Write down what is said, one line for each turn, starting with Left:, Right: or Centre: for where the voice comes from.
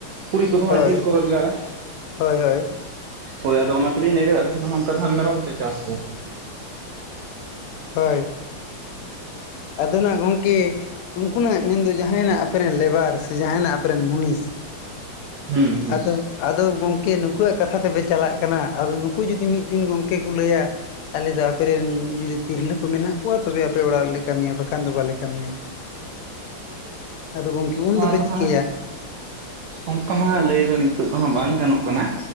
Right: ᱠᱩᱲᱤ ᱠᱚᱫᱚ ᱦᱟᱸᱜ
Left: ᱦᱳᱭ
Right: ᱡᱤᱞ ᱠᱚ ᱨᱚᱡᱽᱜᱟᱨᱟ᱾
Left: ᱦᱳᱭ ᱦᱳᱭ
Right: ᱦᱳᱭ ᱟᱫᱚ ᱚᱱᱟ ᱛᱮᱞᱤᱧ ᱞᱟᱹᱭ ᱠᱟᱫᱟ ᱟᱞᱮᱥᱮᱜ ᱫᱚ ᱦᱟᱸᱜ ᱚᱝᱠᱟ ᱫᱚ ᱦᱟᱸᱜ ᱢᱮᱨᱚᱢ ᱛᱮ ᱪᱟᱥ ᱫᱚ᱾
Left: ᱦᱳᱭ ᱟᱫᱚ ᱱᱟᱜ ᱜᱚᱝᱠᱮ ᱩᱱᱠᱩᱱᱟᱜ ᱢᱮᱱᱫᱚ ᱡᱟᱦᱟᱭᱱᱟᱜ ᱟᱯᱮᱨᱮᱱ ᱞᱮᱵᱟᱨ ᱥᱮ ᱡᱟᱦᱟᱭᱱᱟᱜ ᱟᱯᱮᱨᱮᱱ ᱢᱩᱱᱤᱥ
Right: ᱦᱩᱸ ᱦᱩᱸ
Left: ᱟᱫᱚ ᱟᱫᱚ ᱜᱚᱝᱠᱮ ᱱᱩᱠᱩᱣᱟᱜ ᱠᱟᱛᱷᱟ ᱛᱮᱯᱮ ᱪᱟᱞᱟᱜ ᱠᱟᱱᱟ ᱟᱫᱚ ᱱᱩᱠᱩ ᱡᱩᱫᱤ ᱢᱤᱫ ᱫᱤᱱ ᱜᱚᱝᱠᱮ ᱠᱚ ᱞᱟᱹᱭᱟ ᱟᱞᱮ ᱫᱚ ᱟᱯᱮᱨᱮ ᱨᱮᱱ ᱡᱩᱫᱤ ᱛᱤᱨᱞᱟᱹ ᱠᱚ ᱢᱮᱱᱟᱜ ᱠᱚᱣᱟ ᱛᱚᱵᱮ ᱟᱯᱮ ᱚᱲᱟᱜ ᱨᱮᱞᱮ ᱠᱟᱹᱢᱤᱭᱟ ᱵᱟᱠᱷᱟᱱ ᱫᱚ ᱵᱟᱞᱮ ᱠᱟᱹᱢᱤᱭᱟ ᱟᱫᱚ ᱜᱚᱝᱠᱮ ᱩᱱ
Right: ᱱᱚᱣᱟ
Left: ᱫᱚᱯᱮ
Right: ᱫᱚ
Left: ᱪᱤᱠᱟᱹᱭᱟ
Right: ᱦᱟᱸᱜ ᱚᱝᱠᱟ ᱢᱟ ᱦᱟᱸᱜ ᱞᱟᱹᱭ ᱫᱚ ᱱᱤᱛᱚᱜ ᱫᱚ ᱦᱟᱸᱜ ᱵᱟᱝ ᱜᱟᱱᱚᱜ ᱠᱟᱱᱟ᱾